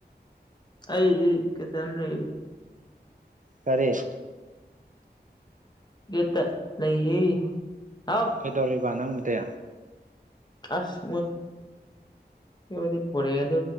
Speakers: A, on the left; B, on the right.
A: ꯑꯩ ꯀ ꯑ ꯅ
B: ꯀꯔꯤꯦ
A: ꯌꯦꯠꯇ ꯂꯩꯌꯦ ꯍꯥꯎ
B: ꯀꯩꯗꯧꯔꯤꯕ ꯅꯪꯕꯨꯗꯤ
A: ꯑꯁ ꯃꯣꯏꯗꯤ ꯄꯦꯒꯗ